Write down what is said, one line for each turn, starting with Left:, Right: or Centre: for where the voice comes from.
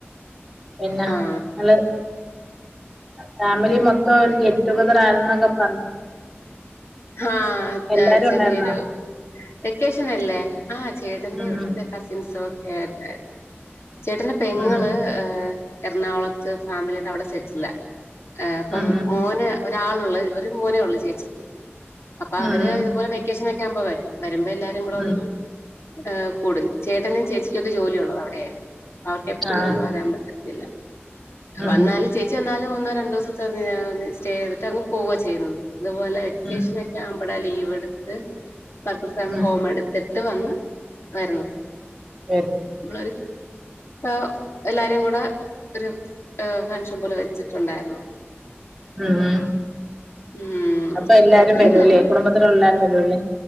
Centre: പിന്നെ
Left: ആ
Centre: ങ്ങള് ഫാമിലി മൊത്തം ഒരു ഗെറ്റ് ടുഗെദർ ആയിരുന്നുന്നൊക്കെ പറഞ്ഞു
Left: ആഹ്
Centre: എല്ലാരും
Left: ചെറിയൊരു
Centre: ഉണ്ടായിരുന്നോ
Left: വെക്കേഷന അല്ലേ ആഹ് ചേട്ടന്റെ
Centre: ഉം
Left: ഇവിടുത്തെ കസിൻസും ഒക്കെ ആയിട്ടായിരുന്നു ചേട്ടന്റെ പെങ്ങള്
Centre: ഉം
Left: ഏഹ് എറണാകുളത്ത് ഫാമിലി ആട്ട് അവിടെ സെറ്റില ഏഹ് അപ്പം
Centre: ഉം ഉം
Left: മോന് ഒരാള് ള്ള ഒരു മോനേ ഉള്ളൂ ചേച്ചിക്ക് അപ്പൊ
Centre: ഉം ഉം
Left: അവര് ഇതുപോലെ വെക്കേഷന ഒക്കെ ആവുമ്പോ വരും വരുമ്പോ എല്ലാരും കൂടെ
Centre: ഉം
Left: ഒന്ന്
Centre: ഉം
Left: ഏഹ് കൂടും ചേട്ടനും ചേച്ചിക്കുംകൊക്കെ ജോലിയുള്ളത് അവിടെയ അവർക്ക് എപ്പഴും
Centre: ആ
Left: ഒന്നും വരാൻ പറ്റില്ല ഇല്ല
Centre: ഉം
Left: വന്നാൽ
Centre: ഉം
Left: ചേച്ചി വന്നാലും മന്നോ രണ്ടോസത്തെ <unintelligible> സ്റ്റേ ചെയ്തിട്ടങ്‌ പോവ ചെയ്യുന്നത് അതുപോലെ വെക്കേഷനക്കെ
Centre: ഉം
Left: ആവുമ്പട ലീവ് എടുത്ത് പക്ക് ഫ്രം
Centre: ഉം
Left: ഹോം എടുത് ട് വന്ന് വരുന്നു
Centre: വെക്
Left: നമ്മളൊര് <unintelligible> എല്ലാരും കൂടെ ഒരു ഏഹ് ഫെങ്ഷൻ പോലെ വെച്ചിട്ടുണ്ടായിരുന്നു
Centre: ഉം ഉം
Left: ഉം
Centre: അപ്പൊ എല്ലാരും
Left: റപ്പില്ലല്ലേ
Centre: വരൂല്ലേ കുടുംബത്തിലുള്ള എല്ലാരും വരൂല്ലേ